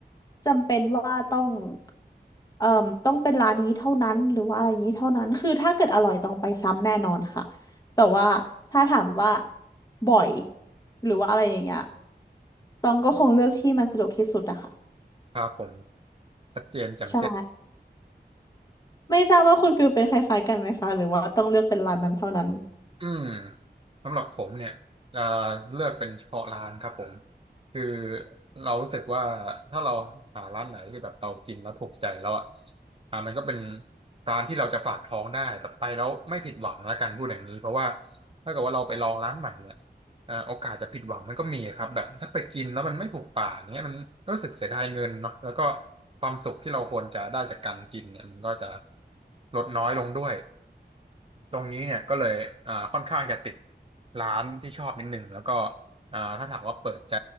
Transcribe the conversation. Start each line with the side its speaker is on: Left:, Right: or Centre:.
Left: จำเป็นว่าต้องเอ่อต้องเป็นร้านนี้เท่านั้นหรือว่าอะไรอย่างนี้เท่านั้นคือถ้าเกิดอร่อยต้องไปซ้ำแน่นอนค่ะแต่ว่าถ้าถามว่าบ่อยหรือว่าอะไรอย่างเงี้ยตองก็คงเลือกที่มันสะดวกที่สุดอะค่ะ
Right: ครับผมชัดเจนแจ่มแจ้ง
Left: ใช่ไม่ทราบว่าคุณฟิลเป็นคล้ายๆกันไหมคะหรือว่าต้องเลือกเป็นร้านนั้นเท่านั้น
Right: อืมสำหรับผมเนี่ยจะเลือกเป็นเฉพาะร้านครับผมคือเรารู้สึกว่าถ้าเราหาร้านไหนที่แบบเรากินแล้วถูกใจแล้วอ่ะอ่ามันก็เป็นร้านที่เราจะฝากท้องได้แบบไปแล้วไม่ผิดหวังละกันพูดอย่างนี้เพราะว่าถ้าเกิดว่าเราไปลองร้านใหม่เนี่ยอ่าโอกาสจะผิดหวังมันก็มีครับแบบถ้าไปกินแล้วมันไม่ถูกปากเนี้ยมันรู้สึกเสียดายเงินเนาะแล้วก็ความสุขที่เราควรจะได้จากการกินเนี่ยมันก็จะลดน้อยลงด้วย ตรงนี้เนี่ยก็เลยอ่าค่อนข้างจะติดร้านที่ชอบนิดนึงแล้วก็อ่าถ้าถามว่าเปิดใจ